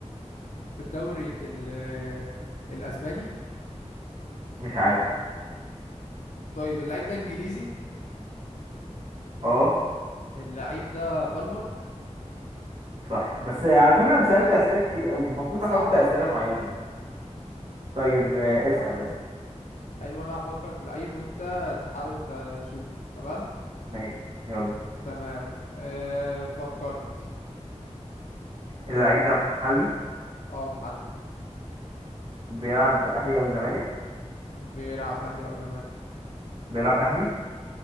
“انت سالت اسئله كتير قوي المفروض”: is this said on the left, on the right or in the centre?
Right